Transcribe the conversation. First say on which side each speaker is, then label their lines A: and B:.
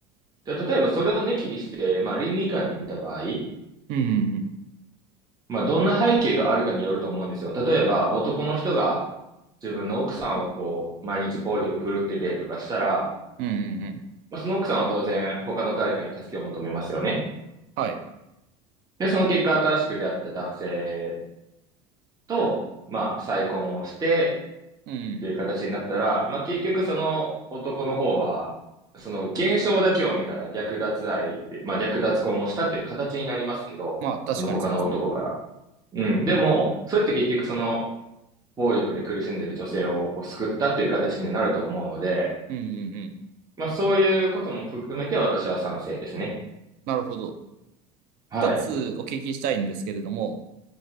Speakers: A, on the right; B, on the right.
A: で、例えばそれを抜きにして、まあ、倫理観で見た場合、
B: うん。うん。
A: まあ、どんな背景があるかによると思うんですよ。例えば、男の人が自分の奥さんをこう、毎日暴力振るっててとかしたら、
B: うん。うん
A: まあ、その奥さんは当然他の誰かに助けを求めますよね。
B: はい。
A: で、その結果、新しく出会った男性と、まあ、再婚をして
B: うん。
A: っていう形になったら、まあ、結局その男の方は、その現象だけを見たら略奪愛で、まあ、略奪婚をしたっていう形になりますけど、
B: まあ、確かにそうですね。
A: その他の男から。うん。でも、それって結局その、暴力で苦しんでいる女性をこう救ったという形になると思うので、
B: うん。うん。うん
A: まあそういうことも含めて私は賛成ですね。
B: なるほど。
A: はい。
B: 一つお聞きしたいんですけれども、